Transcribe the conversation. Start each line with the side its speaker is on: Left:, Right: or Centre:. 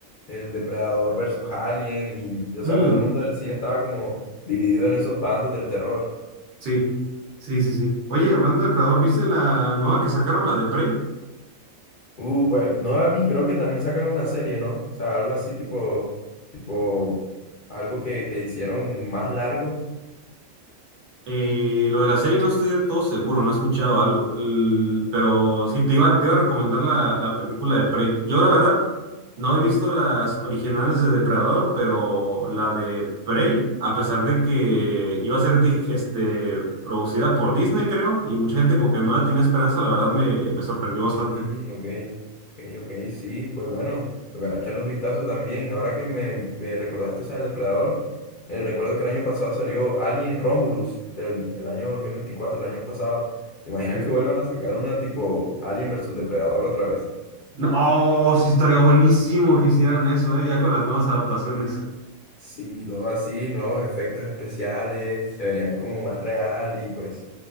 Left: El Depredador versus Alien y, o
Right: Mm,
Left: sea, todo el mundo del cine estaba como dividido en esos bandos del terror.
Right: sí, sí, sí, sí. Oye, hablando de Predador, ¿viste la nueva que sacaron, la de Prey?
Left: Uh, pues no la vi, creo que también sacaron una serie, ¿no? O sea, algo así tipo, tipo, algo que, que hicieron más largo.
Right: Eh, lo de la serie no estoy del todo seguro, no he escuchado algo, L- pero sí, te iba, te iba a recomendar la, la película de Prey. Yo la verdad no he visto las originales de Depredador, pero la de Prey, a pesar de que iba a ser de- este, producida por Disney, creo, y mucha gente como que no la tenía esperanza, la verdad me, me sorprendió bastante.
Left: Ujú, ok, ok, ok, sí, pues bueno, tocará echarle un vistazo también. Ahora que me, me recordaste esa de Depredador, eh, recuerdo que el año pasado salió Alien Romulus, del el año 2024 el año pasado. ¿Te imaginas
Right: Ok.
Left: que vuelvan a sacar una tipo Alien versus Depredador otra vez?
Right: No, oh, sí, estaría buenísimo que hicieran eso, eh, ya con las nuevas adaptaciones.
Left: Sí, todo así, nuevos efectos especiales, se verían como más real y pues...